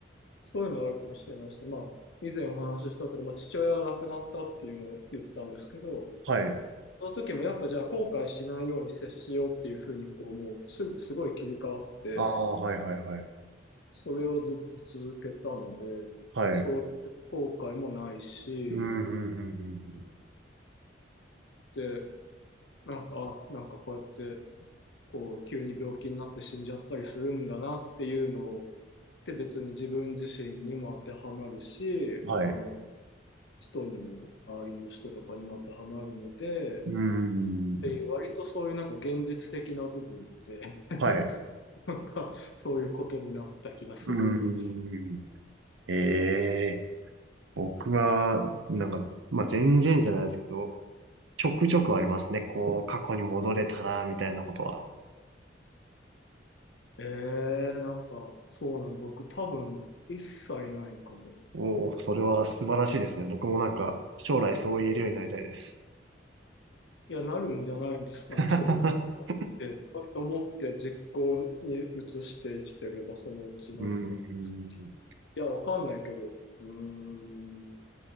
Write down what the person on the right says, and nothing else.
はい。
ああ、はい、はい、はい。
はい。
うん、うん、うん、うん。うん
はい。
うん。
はい。
うん。ええ僕は、なんか、まあ、全然じゃないですけど、ちょくちょくありますね。こう、過去に戻れたら、みたいなことは。
おお、それは素晴らしいですね。僕もなんか、将来そう言えるようになりたいです。
<laughs>
うーん。